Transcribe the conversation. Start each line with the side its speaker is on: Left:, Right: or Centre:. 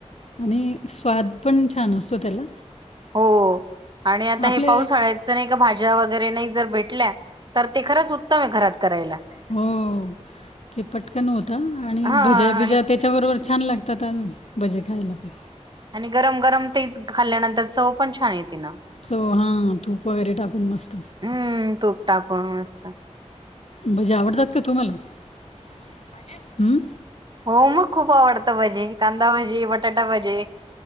Left: आणि स्वाद पण छान असतो त्याला.
Right: हो. आणि आता
Left: आपले
Right: हे पावसाळ्याच्या नाही का भाज्या वगैरे नाही जर भेटल्या तर ते खरंच उत्तम आहे घरात करायला.
Left: हं. ते पटकन व्हतं आणि
Right: हा
Left: भज्या बिज्या
Right: आणि
Left: त्याच्याबरोबर- छान लागतात आणि भजे खायला पण.
Right: आणि गरम गरम ते खाल्ल्यानंतर चव पण छान येते ना.
Left: चव हां. तूप वगैरे टाकून मस्त.
Right: हम्म. तूप टाकून मस्त.
Left: भजे आवडतात का तुम्हाला? भजे? हम्.
Right: हो मग. खूप आवडता भजे. कांदा भजे. बटाटा भजे.